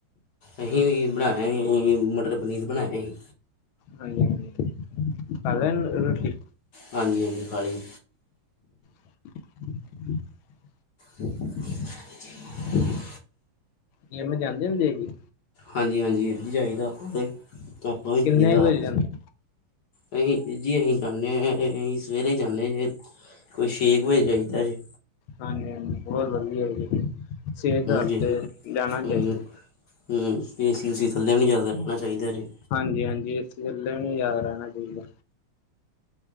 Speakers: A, on the left (about 60°); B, on the left (about 80°).
A: ਅਸੀਂ ਵੀ ਬਣਾਇਆ, ਹੀ ਮਟਰ ਪਨੀਰ ਬਣਾਇਆ ਹੀ।
B: ਹਾਂਜੀ, ਹਾਂਜੀ, ਖਾਲੀ ਰੋਟੀ।
A: ਹਾਂਜੀ, ਹਾਂਜੀ, ਖਾਲੀ।
B: <unintelligible>
A: ਛੇਤੀ-ਛੇਤੀ ਜਿਮ ਹੋਈ?
B: ਜਿਮ ਜਾਂਦੇ ਹੁੰਦੇ ਹੀ।
A: ਹਾਂਜੀ, ਹਾਂਜੀ, ਜਾਂਇਦਾ ਆਪਾਂ ਤੇ ਆਪਾਂ ਵੀ ਚਾਹੀਦਾ।
B: ਕਿੰਨੇ ਵਜੇ ਜਾਂਦੇ
A: ਅਹੀ ਜੀ, ਅਸੀਂ ਜਾਂਦੇ ਹਾਂ, ਅਸੀਂ ਸਵੇਰੇ ਜਾਂਦੇ ਹਾਂ ਜੀ। ਕੋਈ ਛੇ ਕੁ ਵਜੇ ਜਾਈਦਾ ਜੇ।
B: ਹਾਂਜੀ, ਹਾਂਜੀ, ਬਹੁਤ ਵਧੀਆ ਹੈਗੀ ਸਿਹਤ ਵਾਸਤੇ
A: ਜਿਮ
B: ਜਾਣਾ ਚਾਹੀਦਾ।
A: ਹੂੰ ਹੂੰ ਏਸੀ ਉਸੀ ਥੱਲਿਆਂ ਵੀ ਜ਼ਿਆਦਾ ਰਹਿਣਾ ਚਾਹੀਦਾ ਜੇ।
B: ਹਾਂਜੀ, ਹਾਂਜੀ, ਇੱਥੇ ਵੱਲੇ ਵੀ ਯਾਦ ਰਹਿਣਾ ਚਾਹੀਦਾ।